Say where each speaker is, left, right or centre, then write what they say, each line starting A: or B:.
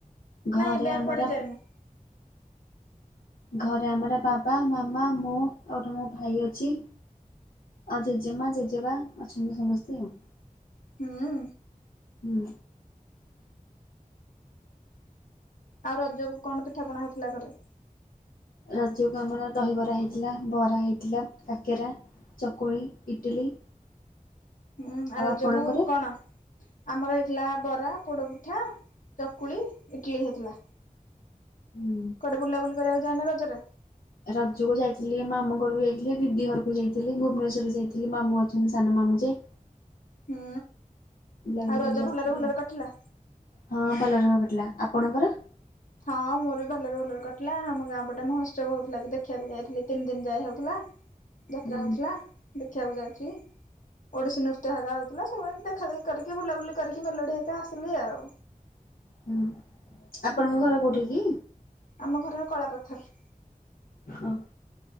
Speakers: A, on the left; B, on the left.
A: ଘରେ
B: ନାଇଁ ଏବେ
A: ଆମର
B: ଆଉ କୁଆଡେ ଯାଇନି।
A: ଘରେ ଆମର ବାବା ମାମା ମୁଁ ଆଉ ଗୋଟେ ମୋ ଭାଇ ଅଛି। ଆଉ ଜେଜେମା ଜେଜେବା ଅଛନ୍ତି ସମସ୍ତେ ଆଉ।
B: ହୁଁ।
A: ହୁଁ।
B: ଆଉ ରଜ କୁ କଣ ପିଠା ପଣା ହୋଉଥିଲା ଘରେ।
A: ରଜ କୁ ଆମର ଦହିବରା ହେଇଥିଲା ବରା ହେଇଥିଲା କାକେରା। ଚକୁଳି ଇଟିଲି।
B: ହୁଁ
A: ଆଉ
B: ଆ ରଜକୁ
A: ଆପଣଙ୍କର?
B: କଣ। ଆମର ହେଇଥିଲା ବରା, ପୋଡପିଠା, ଚକୁଳି, ଇଟିଲିି ହେଇଥିଲା।
A: ହୁଁ
B: କୁଆଡେ ବୁଲାବୁଲି କରିବାକୁ ଯାଇନ ରଜରେ।
A: ରଜକୁ ଯାଇଥିଲି ମାମୁଁ ଘରକୁ ଯାଇଥିଲି ଦିଦି ଘରକୁ ଯାଇଥିଲି ଭୁବନେଶ୍ଵର ଯାଇଥିଲି ମାମୁଁ ଅଛନ୍ତି ସାନ ମାମୁଁ ଯେ।
B: ହୁଁ
A: ବୁଲାବୁଲି
B: ଆଉ
A: କରିକି
B: ରଜ
A: ଆସିଥିଲି
B: ଭଲରେ ଭଲରେ
A: ଆଉ।
B: କଟିଲା।
A: ହଁ ଭଲରେ ଭଲରେ କଟିଲା ଆପଣଙ୍କର।
B: ହଁ ମୋର ବି ଭଲରେ ଭଲରେ କଟିଲା ଆମ ଗାଁ ପଟେ ମହୋତ୍ସବ ହଉଥିଲା କି ଦେଖିବାକୁ ଯାଇଥିଲି ତିନି ଦିନ ଯାଏ ହୋଉଥିଲା। ଯାତ୍ରା
A: ହୁଁ
B: ହୋଉଥିଲା ଦେଖିବାକୁ ଯାଉଥିଲି। ଓଡ଼ିଶୀ ନୃତ୍ୟ ହେରା ହୋଉଥିଲା ସବୁ ଦେଖା ଦେଖି କରିକି ବୁଲାବୁଲି କରିକି ମେଲୋଡି ହେକା ଆସିଲି ଆଉ।
A: ହୁଁ ଆପଣଙ୍କ ଘର କୋଉଠି କି।
B: ଆମ ଘର କଳାପଥର।
A: ହଁ।